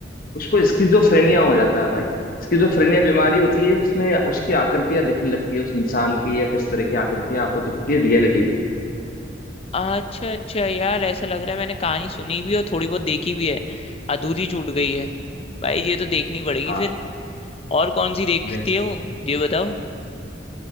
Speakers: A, on the left; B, on the left.
A: उसको स्किजोफ्रेनिया हो जाता है भाई स्किजोफ्रेनिया बीमारी होती है जिसमें उसकी आकृतियां दिखने लगती है उस इंसान की या किस तरह की आकृतियां आपको दिखती है रियलिटी में
B: अच्छा अच्छा यार ऐसा लग रहा है मैंने कहानी सुनी भी और थोड़ी बहुत देखी भी है अधूरी छूट गई है भाई ये तो देखनी पड़ेगी
A: हाँ
B: फिर और कौन सी देखती
A: देखेंगे
B: है वो ये बताओ